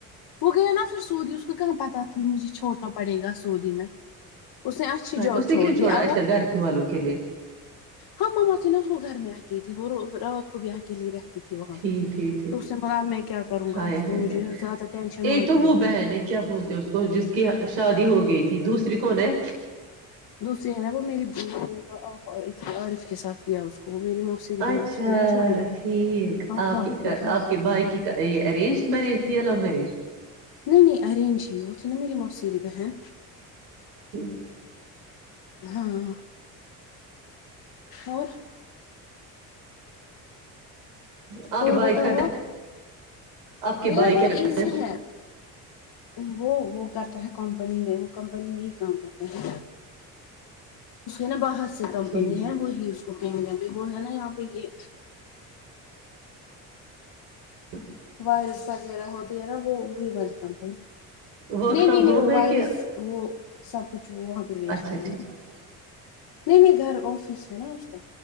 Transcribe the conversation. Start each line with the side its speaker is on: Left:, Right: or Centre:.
Left: وہ گیا نا پھر پھر سعودی اس کو کہاں پتاہ تھی مجھے چھوڑنا پڑے گا سعودی میں اس نے اچھی جاب
Right: اس نے
Left: چھوڑ
Right: کیوں چھوڑا
Left: دی اب
Right: ایسے
Left: وہ
Right: گھر کے والوں کے لیے
Left: ہم مم تھینا اس کو گھر میں آ تھی وہ کو بھی کےلیے رہ تھی وہاں
Right: ٹھیک
Left: پہ
Right: ٹھیک ٹھیک
Left: تو اس نے بولا اب میں کیا کروں
Right: ہائے
Left: گا اس کو
Right: ہائے
Left: مجھے
Right: ہائے
Left: زیادہ ٹینشن
Right: ایک
Left: وہاں
Right: تو
Left: کی
Right: وہ
Left: ہوتی
Right: بہن ہے کیا بولتے اس کو جس کی شادی ہو گئی تھی دوسری کون ہے
Left: دوسری ہے نا وہ میری بو عارف کے ساتھ کیا اس کو وہ میری موسیری بہن
Right: اچھا
Left: اس کی ہے نا چھوٹی بہن
Right: ٹھیک
Left: آفا
Right: آپ کے
Left: کی ہاں
Right: آپ کے بھائی کی یہ ارینجڈ میرج تھی یا لو مریج
Left: نہیں نہیں ارینج ہی وہ تھی نا میری موسیری بہن
Right: ج <unintelligible>
Left: ہاں اور
Right: آپ کے
Left: اور
Right: بھائی
Left: بتا
Right: کر
Left: ہو آپ
Right: آپ کے
Left: یہ
Right: بھائی
Left: نا بہت
Right: کیا کرتے
Left: ایزی ہے وہ وہ کرتا ہے کم کمپنی میں ہی کام کرتا ہے نا بر سے
Right: ہیں؟
Left: کمپنی
Right: ٹھیک
Left: ہے وہ ہی اس <unintelligible> ک مب بھی وہ ہے نا یہاں پہ یہ
Right: ہ <unintelligible>
Left: وائرس وغیرہ ہوتی ہے نا وہ وہی بچتا نہیں
Right: ورک فرام
Left: نہیں نہیں
Right: ہوم
Left: وہ
Right: ہے
Left: وائرس
Right: کہ
Left: وہ سب کچھ وہ وہاں پہ بیچتا
Right: اچھا
Left: ہے
Right: ٹھیک
Left: نا نہیں نہیں گھر آفس ہے نا اس کا